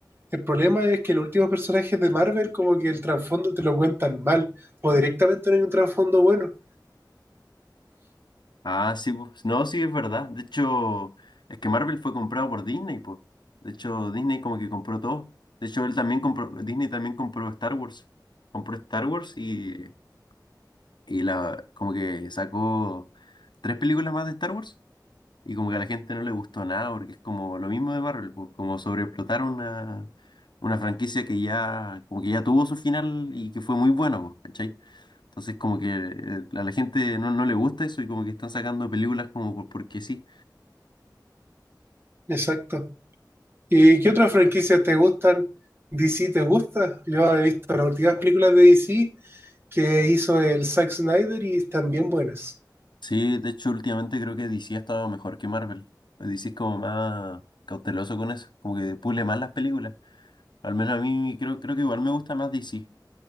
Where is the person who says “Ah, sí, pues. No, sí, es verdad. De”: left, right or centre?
Left